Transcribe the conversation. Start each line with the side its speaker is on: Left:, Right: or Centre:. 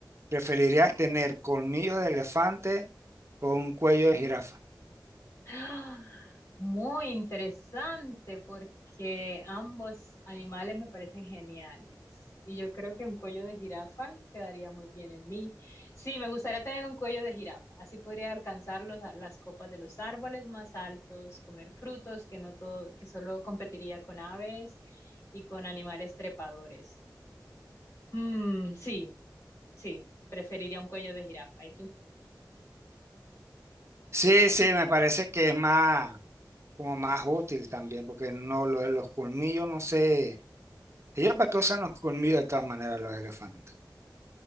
Right: ¿preferirías tener colmillos de elefante o un cuello de jirafa?
Left: <gasps> ¡Ah! Muy interesante porque ambos animales me parecen geniales. Y yo creo que un cuello de jirafa quedaría muy bien en mí. Sí, me gustaría tener un cuello de jirafa. Así podría alcanzar los- las copas de los árboles más altos, comer frutos que no todo, que solo competiría con aves y con animales trepadores. Mm, sí, sí, preferiría un cuello de jirafa. ¿Y tú?
Right: Sí, sí, me parece que es más, como más útil también, porque no, lo de los colmillos, no sé, ellos para qué usan los colmillos de todas maneras los elefantes.